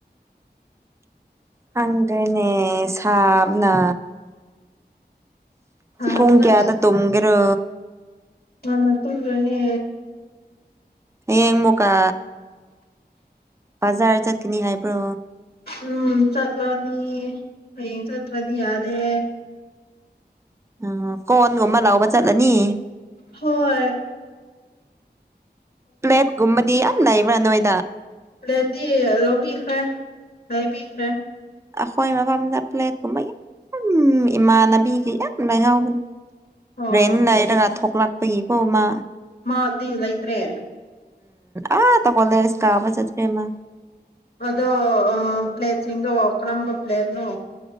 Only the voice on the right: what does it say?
ꯍꯪꯗ꯭ꯔꯦꯅꯦ ꯁꯥꯕꯅ
ꯄꯨꯡꯨꯡ ꯀꯌꯥꯗ ꯇꯨꯒꯔ
ꯍꯌꯦꯡ ꯃꯨꯀꯥ ꯕꯖꯥꯔ ꯆꯠꯀꯅꯤ ꯍꯥꯏꯕ꯭ꯔꯣ
ꯎ ꯀꯣꯟꯣꯟꯒꯨꯝꯕ ꯂꯥꯎꯕ ꯆꯠꯂꯅꯤ
ꯄ꯭ꯂꯦꯝꯀꯨꯝꯕꯗꯤ ꯌꯥꯝ ꯂꯩꯕꯕ꯭ꯔ ꯅꯣꯏ
ꯑꯈꯣꯏꯃꯥ ꯄꯥꯝꯗ ꯄ꯭ꯂꯦꯠꯀꯨꯝꯕꯩ ꯏꯃꯥꯟꯅꯕꯕꯤꯈ ꯌꯥꯝ ꯂꯩꯥꯏꯍꯥꯎꯕꯅꯤ
ꯔꯦꯟꯦꯟ ꯂꯩꯏꯔꯒ ꯊꯣꯛꯂꯛꯄꯒꯤꯀꯣ ꯃꯥ
ꯑꯥ ꯇ ꯀꯣꯂꯦꯖꯀꯕ ꯆꯠꯈꯦꯃ